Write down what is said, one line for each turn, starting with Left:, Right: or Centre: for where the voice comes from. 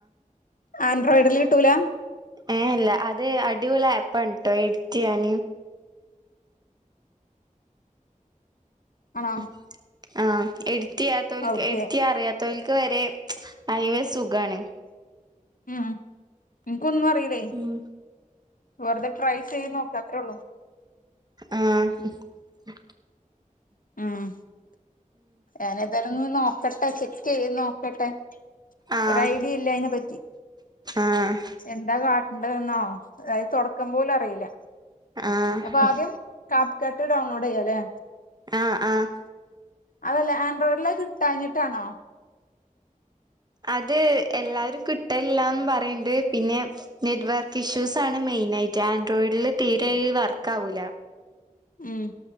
Left: ആൻഡ്രോയിഡർല് കിട്ടൂല
Right: ഹേ, ഇല്ല. അത് അടിപൊളി ആപ്പാണ് ട്ടോ. എഡിറ്റ് യ്യാൻ
Left: ആണോ
Right: ഹ്. ആഹ,. എഡിറ്റ്യ്യാതോൽക്
Left: ഓക്കെ
Right: എഡിറ്റ് യ്യാ. അറിയാ തൊൽക്ക് വരേം അയേസുഖാണ്
Left: മ്മ്. ആ ൻക്ക് ഒന്നു അറിയിലേ.
Right: ഉം
Left: വെറുതെ ട്രൈ ചെയ് നോക അത്രേള്ളു
Right: ആഹ. ഹ്. ഹ്
Left: ഉം ഞാനേതായാലും. ന്ന് വന്ന് നോക്കട്ടെ ചെക് ത് നോക്കട്ടെ
Right: ആഹ്
Left: ഒര ഐഡി ഇല്ലയിനെ പറ്റി
Right: ആഹ്
Left: എന്താ കാട്ടണ്ടന്നോ. അഹ്. തോടക്ക പോലും അറിയില്ല
Right: ആഹ്
Left: അപ്പൊ ആദ്യം കാപ്പ്കട്ട്. ഡൗൺലോഡ് യ്യല്ലേ
Right: ആഹ് ആഹ്
Left: അതല്ല. ആൻഡ്രോയിഡിൽ. അഹ് കിട്ടാഞ്ഞിട്ടാണോ
Right: അത് എല്ലാരും കിട്ടല്ലാന്ന് പറയിണ്ട് പിന്നെ നെറ്റ്വർക്ക് ഇഷ്യൂ സ്സാണ്. മെയിൻ ആയിട്ട് ആൻഡ്രോയിഡില് തീരെ വർക്ക ആാവൂല
Left: ഉം